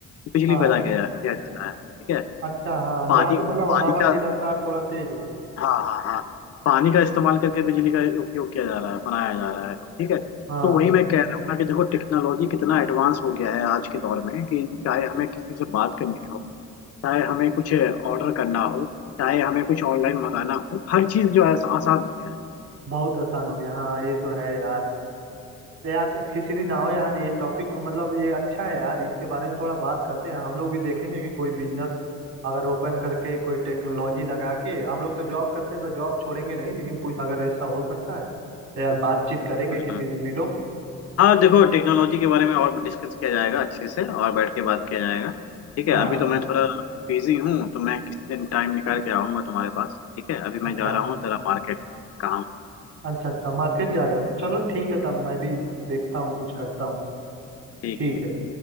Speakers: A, on the left (about 55°); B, on the right (about 60°).
A: बिजली
B: हाँ
A: पैदा किया जा किया जा रहा है ठीक है
B: अच्छा हाँ
A: पानी
B: जहाँ पे मतलब
A: पानी
B: हवा
A: का
B: की रफ्तार थोड़ा तेज हो
A: हाँ हाँ हाँ पानी का इस्तेमाल करके बिजली का उपयोग किया जा रहा है बनाया जा रहा है ठीक है
B: हाँ
A: तो वही मैं कह रहा हूँ ना कि देखो टेक्नोलॉजी कितना एडवांस हो गया है आज के दौर में कि चाहे हमें किसी से बात करनी हो चाहे हमें कुछ ऑर्डर करना हो चाहे हमें कुछ ऑनलाइन मंगाना हो हर चीज जो है आस- आसान हो गया है
B: बहुत आसान हो गया हाँ ये तो है यार तो यार किसी दिन आओ यार ये टॉपिक मतलब ये अच्छा है यार इसके बारे में थोड़ा बात करते हैं हम लोग भी देखेंगे कि कोई बिजनेस अगर ओपन करके कोई टेक्नोलॉजी लगा के हम लोग तो जॉब करते हैं तो जॉब छोड़ेंगे नहीं लेकिन कुछ अगर ऐसा हो सकता है तो यार बातचीत करेंगे
A: हम्म।
B: किसी दिन मिलो
A: हाँ देखो टेक्नोलॉजी के बारे में और डिस्कस किया जाएगा अच्छे से और बैठ के बात किया जाएगा ठीक है
B: हाँ
A: हम्म, अभी तो मैं थोड़ा बिजी हूँ तो मैं किसी दिन टाइम निकाल के आऊंगा तुम्हारे पास ठीक है अभी
B: अच्छा
A: मैं जा रहा हूँ जरा मार्केट काम है।
B: अच्छा अच्छा मार्केट जा रहे हो चलो ठीक है तब मैं भी देखता हूँ कुछ करता हूँ
A: ठीक
B: ठीक
A: ठीक
B: है